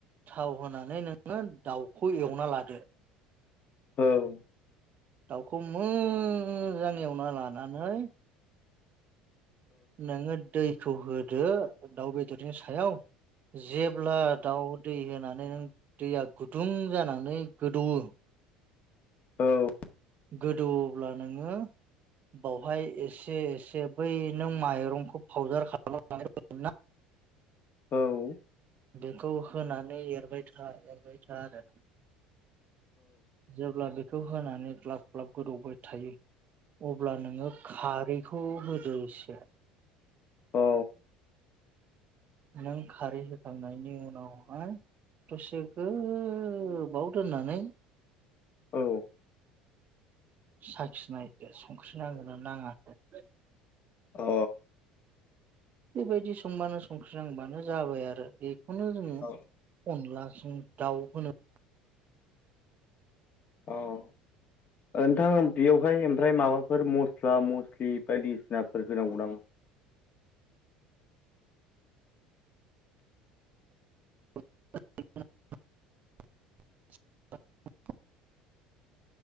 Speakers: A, on the right (about 45°); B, on the left (about 45°).
A: थाव होनानै नोङो दाउखौ एवना लादो।
B: औ
A: दाउखौ मोजां एवना लानानै नोङो दैखौ होदो दाउ बेदरनि सायाव जेब्ला दाउ दै होना नै नों दैया गुदुं जानानै गोदौओ
B: औ
A: गोदौवोब्ला नोङो बावहाय एसे एसे बै नों माइरंखौ फाउदार खालामनानै दोनदोंना
B: औ
A: बेखौ होनानै एरबाय था एरबाय था आरो जेब्ला बेखौ होनानै ग्लाब ग्लाब गोदौबाय थायो अब्ला नोङो खारैखौ होदो इसे।
B: औ
A: नों खारै होखांनायनि उनावहाय दसे गोबाव दोननानै
B: औ
A: साखिनायदो संख्रि नांदोंना नाङाखै।
B: अ
A: बेबायदि संबानो संख्रिनांबानो जाबाय आरो बेखौनो जोङो
B: औ
A: अनला जों दाउ होनो।
B: औ नोंथां बेयाव ओफ्राय ओमफ्राय माबाफोर मस्ला मस्लि बायदिसिनाफोर होनांगौ नामा?
A: <unintelligible>